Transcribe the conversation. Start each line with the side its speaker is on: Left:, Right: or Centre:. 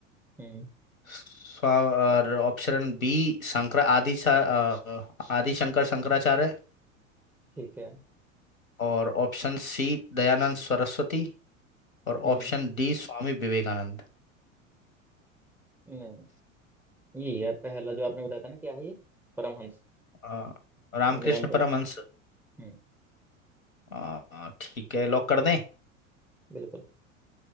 Centre: हम्म
Left: स्वा- और ऑप्शन बी शंकर आदि सा- अ, आदि शंकर शंकराचार्य
Centre: ठीक है
Left: और ऑप्शन सी दयानंद सरस्वती और
Centre: हम्म
Left: ऑप्शन डी स्वामी विवेकानंद
Centre: नहीं ये है पहला जो आपने बताया था ना क्या है ये परमहंस
Left: अ, रामकृष्ण
Centre: स्वामी रामकृष्ण
Left: परमहंस
Centre: हम्म
Left: अ, ठीक है लॉक कर दें
Centre: बिल्कुल